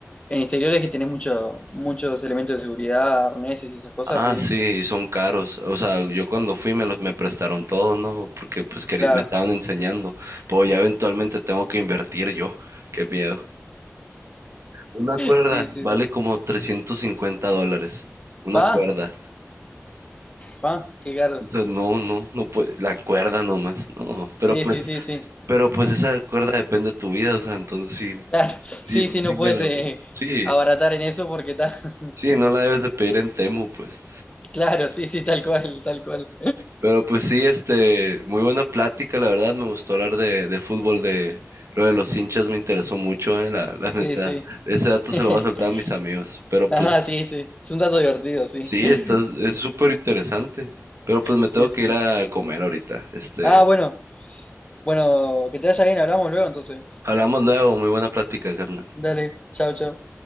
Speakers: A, on the left (about 20°); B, on the right (about 65°).
A: en exteriores que tenés mucho, muchos elementos de seguridad, arneses y esas cosas,
B: Ah,
A: sí.
B: sí, son caros. O sea, yo cuando fui me los me prestaron todo, ¿no? Porque pues queri-
A: Claro.
B: me estaban
A: <laughs>
B: enseñando. Pero ya eventualmente tengo que invertir yo. Qué miedo. Una cuerda
A: Sí, sí, sí.
B: vale como 350 dólares. Una
A: Pa,
B: cuerda.
A: pa, qué caros.
B: O sea, no, no, no puede. La cuerda nomás. No,
A: Sí,
B: pero pues,
A: sí, sí, sí.
B: pero pues esa cuerda depende de tu vida. O sea, entonces sí,
A: Claro, <laughs>
B: sí,
A: sí, sí,
B: sí
A: no
B: me
A: puedes
B: la.
A: eh,
B: Sí,
A: abaratar en eso porque está. <laughs>
B: sí, no la debes de pedir en Temu, pues.
A: Claro, sí, sí, tal cual, tal cual.
B: Pero pues sí, este, muy buena plática, la verdad, me gustó hablar de, de fútbol, de lo de los hinchas me interesó mucho, eh, la, la
A: Sí,
B: neta.
A: sí.
B: Ese
A: <laughs>
B: dato se lo voy a soltar a mis amigos, pero pues
A: Ajá, sí, sí. Es un dato divertido, sí.
B: sí,
A: <laughs>
B: está, es súper interesante. Pero pues me
A: Sí,
B: tengo
A: sí,
B: que ir
A: sí.
B: a comer ahorita. Este,
A: Ah, bueno, bueno, que te vaya bien, hablamos luego entonces.
B: hablamos luego, muy buena plática, carnal.
A: Dale, chao, chao.